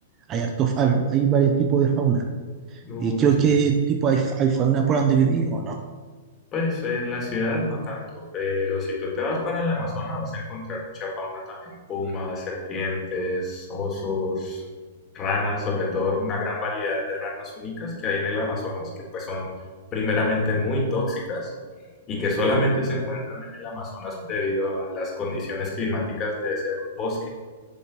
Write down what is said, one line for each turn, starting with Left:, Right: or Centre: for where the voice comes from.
Right: hay hartos, har- hay varios tipos de fauna.
Left: Uh,
Right: Y creo que
Left: sí.
Right: tipo hay, fa- hay fauna por donde viví o no.
Left: Pues en la ciudad no tanto, pero si tú te vas para el Amazonas vas a encontrar mucha fauna también, pumas, serpientes, osos, ranas, sobre todo una gran variedad de ranas únicas que hay en el Amazonas, que pues son primeramente muy tóxicas y que solamente se encuentran en el Amazonas debido a las condiciones climáticas de ese bosque.